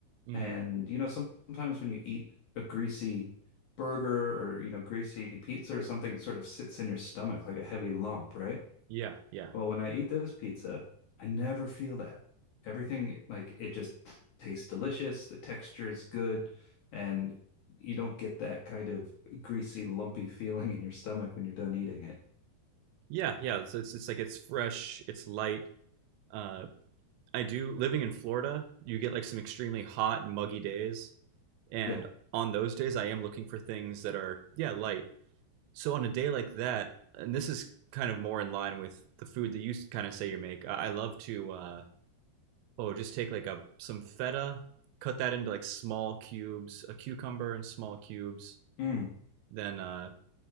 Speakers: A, on the right (about 85°); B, on the left (about 75°).
A: Mm,
B: And you know, some- sometimes when you eat a greasy burger or you know, greasy pizza or something, it sort of sits in your stomach like a heavy lump, right?
A: yeah, yeah,
B: Well, when I eat this pizza, I never feel that. Everything, like, it just tastes delicious. The texture is good. And you don't get that kind of greasy, lumpy feeling in your stomach when you're done eating it.
A: yeah, yeah. So it's it's like it's fresh, it's light. Uh, I do living in Florida, you get like some extremely hot and muggy days. And
B: Yeah.
A: on those days, I am looking for things that are, yeah, light. So on a day like that, and this is kind of more in line with the food that you kind of say you make, I love to, uh, oh, just take like a some feta, cut that into like small cubes, a cucumber in small cubes,
B: Mm.
A: then uh,